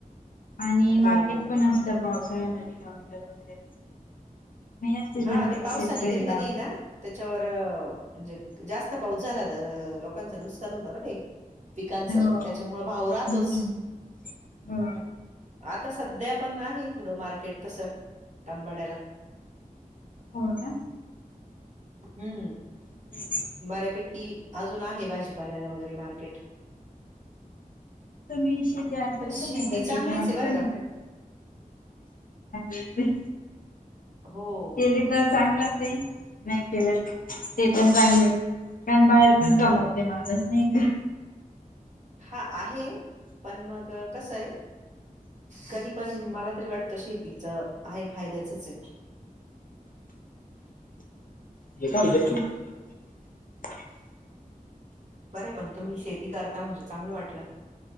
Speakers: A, on the left; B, on the right.
A: आणि
B: हो,
A: मार्केट
B: हो, हो.
A: पण असतं पावसाळ्यामध्ये टोमॅटो वगैरे मग या सीझन
B: हा
A: मध्ये
B: ते पावसानी
A: शेतकरी
B: कधी, कधी
A: लावतात
B: ये ना त्याच्यावर म्हणजे, जास्त पाऊस झाला तर लोकांच नुसकान होत ना ते. पिकांच त्याच्यामुळ
A: हो
B: भाव राहतोच.
A: हम्म हो
B: आता सध्या पण आहे थोडं मार्केट तसं टमॅट्याला.
A: हो ना?
B: हम्म.
A: <inaudible>
B: बऱ्यापैकी अजून आहे भाजीपाल्याला वगैरे मार्केट.
A: तुम्ही शेती आधीपासून
B: पण शेती
A: नाही <unintelligible>
B: चांगलीच
A: तिथ आता
B: आहे बरं
A: नाही का. <unintelligible>
B: हो.
A: केली तर चांगलंच आहे, नाही केली ते पण चांगलं आहे. कारण, बाहेर पण कमवते माणूस नाही का?
B: हा आहे, पण मग कसंय कधी पण मला तरी वाटतं शेतीचं आहे, फायद्याचच आहे.
A: <inaudible>
B: बरय पण, तुम्ही शेती करता, म्हणजे चांगलं वाटलं.